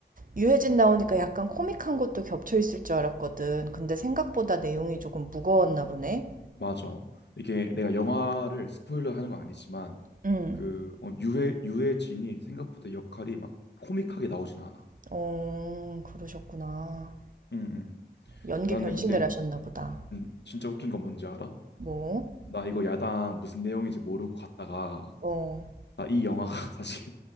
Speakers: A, on the right; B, on the left.
A: 유해진 나오니까 약간 코믹한 것도 겹쳐 있을 줄 알았거든. 근데 생각보다 내용이 조금 무거웠나 보네.
B: 맞아. 이게 내가 영화를 스포일러 하는 건 아니지만
A: 응.
B: 그 어, 유해 유해진이 생각보다 역할이 막 코믹하게 나오진 않아.
A: 어, 그러셨구나.
B: 음, 음.
A: 연기
B: 나는
A: 변신을
B: 근데
A: 하셨나 보다.
B: 음, 진짜 웃긴 건 뭔지 알아?
A: 뭐?
B: 나 이거 야당 무슨 내용인지 모르고 갔다가
A: 어.
B: 나 이 영화가 <laughs> 사실